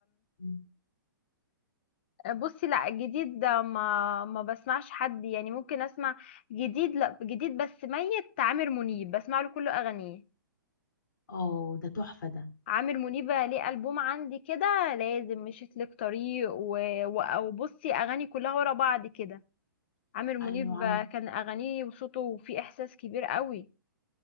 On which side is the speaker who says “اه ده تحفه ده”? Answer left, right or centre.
Left